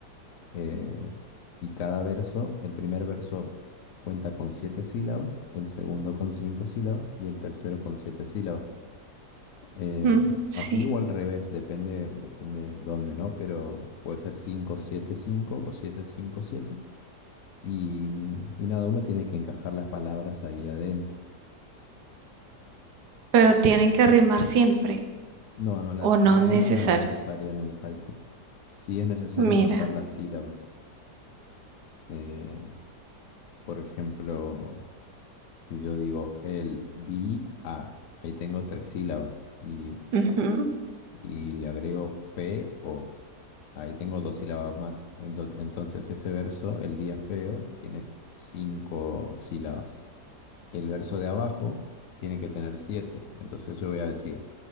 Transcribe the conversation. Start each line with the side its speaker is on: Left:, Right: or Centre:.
Left: eh, y cada verso, el primer verso cuenta con siete sílabas, el segundo con cinco sílabas y el tercero con siete sílabas. Eh,
Right: Ujú, sí,
Left: así o al revés, depende, depende dónde, ¿no? Pero puede ser 575 o siete cinco siete Y, y nada, uno tiene que encajar las palabras ahí adentro.
Right: pero tienen que rimar siempre,
Left: No, no, la,
Right: o no
Left: la rima
Right: es necesario.
Left: no es necesaria en el haiku. Sí es necesario
Right: Mira,
Left: contar las sílabas. Eh, por ejemplo, si yo digo el di a, ahí tengo tres sílabas. Y,
Right: ujú,
Left: y le agrego fe o. Ahí tengo dos sílabas más. Ento- Entonces ese verso, el día feo, tiene cinco sílabas. El verso de abajo tiene que tener siete. Entonces yo voy a decir,